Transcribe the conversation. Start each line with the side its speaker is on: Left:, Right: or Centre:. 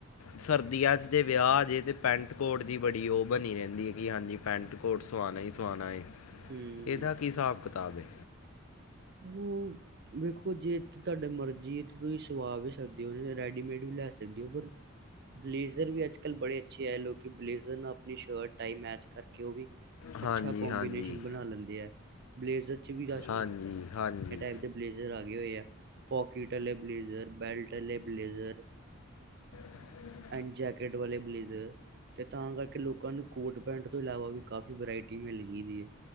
Left: ਸਰਦੀਆਂ 'ਚ ਜੇ ਵਿਆ ਆ ਜੇ ਤੇ ਪੈਂਟ-ਕੋਟ ਦੀ ਬੜੀ ਓ ਬਨੀ ਰੈਂਦੀ ਏ, ਕੀ ਹਾਂਜੀ ਪੈਂਟ-ਕੋਟ ਸਵਾਨਾ ਹੀ ਸਵਾਨਾ ਏ,
Right: ਹਮ
Left: ਏਦਾ ਕੀ ਹਿਸਾਬ-ਕਿਤਾਬ ਏ?
Right: ਓ ਵੇਖੋ ਜੇ ਤੁਆਡਾ ਮਰਜੀ ਤੇ ਤੁਸੀਂ ਸੁਵਾ ਵੀ ਸਕਦੇ ਓਹੋ ਰੈਡੀਮੇਡ ਵੀ ਲੈ ਸਕਦੇ ਓ ਪਰ ਬਲੇਜ਼ਰ ਵੀ ਅੱਜ-ਕੱਲ ਬੜੇ ਅੱਛੇ ਆਏ ਲੋਕਿਨ ਬਲੇਜ਼ਰ ਨਾਲ ਅਪਨੀ ਸ਼ਰਟ, ਟਾਈ ਮੈਚ ਕਰਕੇ ਉ ਵੀ
Left: ਹਾਂਜੀ
Right: ਅੱਛਾ ਕੋਂਬੀਨੇਸ਼ਨ
Left: ਹਾਂਜੀ
Right: ਬਣਾ ਲੈਂਦੇ ਆ, ਬਲੇਜ਼ਰ ਚ ਵੀ ਰਾਸ਼
Left: ਹਾਂਜੀ ਹਾਂਜੀ
Right: ਬਲੇਜਰ ਆ ਗਏ ਹੋਏ ਆ, ਪੋਕੀਟ ਆਲੇ ਬਲੇਜ਼ਰ, ਬੈਲਟ ਆਲੇ ਬਲੇਜ਼ਰ
Left: <unintelligible>
Right: ਐਨ ਜੈਕੇਟ ਵਾਲੇ ਬਲੇਜ਼ਰ। ਤੇ ਅੰ ਕਰਕੇ ਲੋਕਾਂ ਨੂੰ ਕੋਟ-ਪੈਂਟ ਤੋ ਇਲਾਵਾ ਵੀ ਕਾਫੀ ਵੈਰਾਇਟੀ ਮਿਲ ਗੀ ਦੀ ਏ।